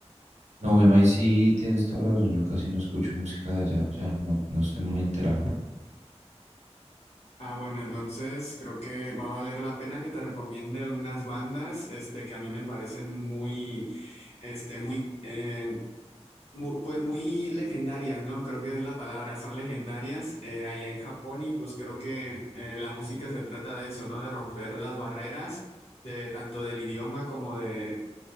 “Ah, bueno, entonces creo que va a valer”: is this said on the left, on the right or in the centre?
Left